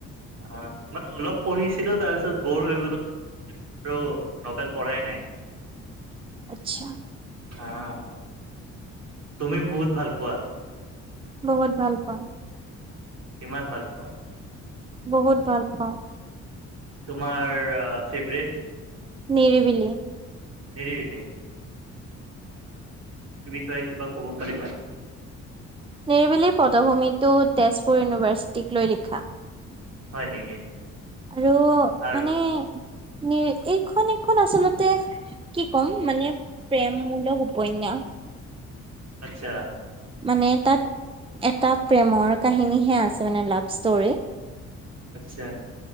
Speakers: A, on the right (about 55°); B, on the right (about 20°).
A: অহ মানে অলপ পঢ়িছিলো তাৰপিছত বৰ হৈ গলো তাৰ পাছত আৰু নবেল পঢ়াই নাই।
B: আচ্ছা।
A: আহ, তুমি বহুত ভাল পোৱা।
B: বহুত ভাল পাওঁ।
A: কিমান ভাল পোৱা?
B: বহুত ভাল পাওঁ।
A: তোমাৰ ফেভৰেট
B: নিৰিবিলি।
A: নিৰিবিলি তাৰে কিবা ক'ব পাৰিবা?
B: নিৰিবিলি পদভূমিটো তেজপুৰ ইউনিভাৰ্চিটিক লৈ লিখা।
A: হয় নেকি?
B: আৰু
A: আৰু
B: মানে নি এইখন এইখন আচলতে, কি ক'ম মানে প্ৰেমমূলক উপন্যাস।
A: আচ্ছা।
B: মানে তাত, এটা প্ৰেমৰ কাহিনীহে আছে মানে লাভ ষ্টৰি।
A: আচ্ছা।